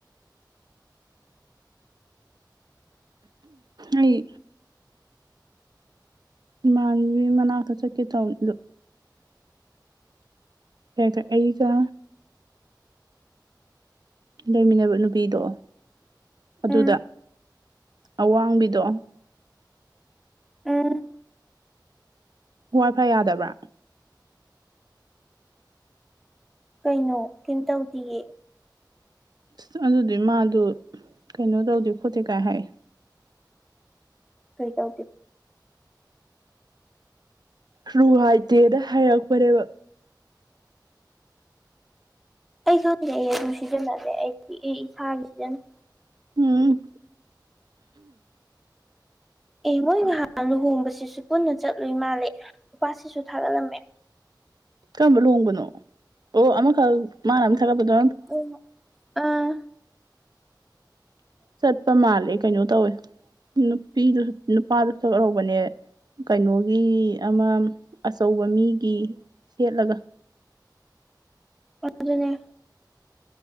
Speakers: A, on the right (about 65°); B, in the centre.
A: ꯑꯩ ꯏꯃꯥꯟꯕꯤ ꯃꯅꯥꯛꯇ ꯆꯠꯀꯦ ꯇꯧꯅꯤꯗꯣ ꯍꯒ ꯑꯩꯒ ꯂꯩꯃꯤꯟꯅꯕ ꯅꯨꯄꯤꯗꯣ ꯑꯗꯨꯗ
B: ꯎꯝ
A: ꯑꯋꯥꯡꯕꯤꯗꯣ
B: ꯎꯝ
A: ꯋꯥꯏ ꯐꯥꯏ ꯌꯥꯗꯕ꯭ꯔꯥ
B: ꯀꯩꯅꯣ ꯀꯩꯝꯇꯧꯗꯤꯌꯦ
A: ꯑꯁ ꯑꯗꯨꯗꯤ ꯃꯥꯗꯨ ꯀꯩꯅꯣ ꯇꯧꯗꯦ ꯈꯣꯠꯇꯦ ꯀꯥꯏ ꯍꯥꯏ
B: ꯀꯩ ꯇꯧ
A: ꯔꯨꯍꯥꯏꯇꯦꯅ ꯍꯥꯏꯔꯛꯄꯅꯦꯕ
B: ꯑꯩꯁꯨꯪꯗꯛꯑ ꯑꯗꯨ ꯁꯤꯖꯟꯅꯝꯃꯦ ꯑꯩꯗꯤ ꯏꯁꯥꯒꯤ ꯁꯤꯖꯟꯅ
A: ꯎꯝ
B: ꯑꯦ ꯃꯣꯏ ꯉꯥꯏꯍꯥꯟ ꯂꯨꯍꯣꯡꯕꯁꯤꯁꯨ ꯄꯨꯟꯅ ꯆꯠꯂꯨꯏ ꯃꯥꯜꯂꯦ ꯅꯨꯄꯥꯁꯤꯁꯨ ꯊꯥꯒꯠꯂꯝꯃꯦ
A: ꯀꯔꯝꯕ ꯂꯣꯡꯕꯅꯣ ꯑꯣ ꯑꯃꯈꯛ ꯃꯥꯅ ꯑꯃ ꯊꯥꯒꯛꯄꯗꯣ
B: ꯑꯣ ꯑꯥ
A: ꯆꯠꯄ ꯃꯥꯜꯂꯦ ꯀꯩꯅꯣ ꯇꯧꯋꯦ ꯅꯨꯄꯤꯗꯨꯁꯨ ꯅꯨꯄꯥꯗꯨꯁꯨ ꯁꯛꯍꯧꯕꯅꯦ ꯀꯩꯅꯣꯒꯤ ꯑꯃ ꯑꯆꯧꯕ ꯃꯤꯒꯤ ꯁꯦꯠꯂꯒ
B: ꯑꯗꯨ ꯑꯗꯨꯅꯦ